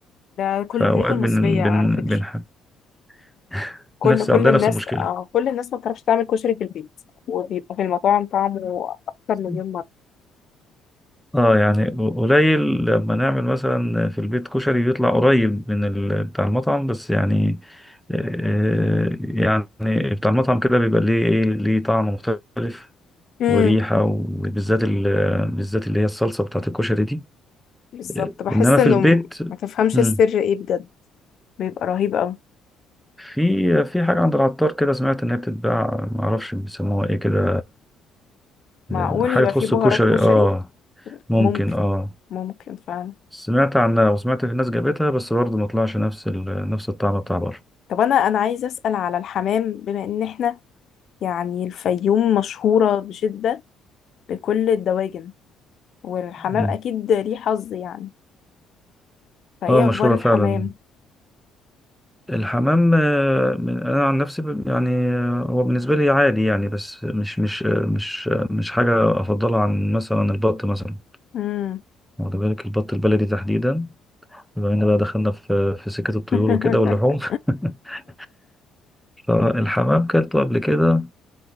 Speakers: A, on the left (about 45°); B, in the centre.
A: ده كل
B: فأوقات
A: البيوت المصريه
B: بن
A: على
B: بن
A: فكره
B: بنحب <laughs>
A: كل
B: نفس
A: كل
B: عندنا
A: الناس
B: نفس المشكلة
A: آه كل الناس ما بتعرفش تعمل كشري في البيت وبيبقى في المطاعم طعمه اكتر مليون
B: <laughs>
A: مره
B: اه يعني قليل لما نعمل مثلا في البيت كشري بيطلع قريب من ال... بتاع المطعم بس يعني آه، يعني بتاع المطعم كده بيبقى ليه ايه ليه طعم مختلف
A: امم
B: وريحة وبالذات ال... بالذات اللي هي الصلصة بتاعت الكشري دي
A: بالظبط
B: آه،
A: بحس
B: انما في
A: انه
B: البيت
A: م- ما تفهمش
B: مم،
A: السر ايه بجد بيبقى رهيب قوي
B: في في حاجة عند العطار كده سمعت انها بتتباع معرفش بيسموها ايه كده
A: معقول
B: آه، حاجة
A: يبقى
B: تخص
A: فيه بهارات
B: الكشري
A: كشري
B: اه ممكن
A: ممكن
B: اه
A: ممكن فعلا
B: سمعت عنها وسمعت في ناس جابتها بس برضه ما طلعش نفس ال... نفس الطعم بتاع بره
A: طب انا انا عايزه اسال على الحمام بما ان احنا يعني الفيوم مشهوره بشده بكل الدواجن والحمام
B: مم.
A: اكيد ليه حظ يعني فايه
B: اه مشهورة
A: اخبار الحمام
B: فعلا الحمام آه، من- انا عن نفسي ب- يعني آه، هو بالنسبة لي عادي يعني بس مش مش آه، مش آه، مش حاجة افضلها عن مثلا البط مثلا
A: امم
B: واخد بالك البط البلدي تحديدا بما ان بقى دخلنا في في سكة الطيور
A: <laughs>
B: وكده واللحوم <laughs> فالحمام كلته قبل كده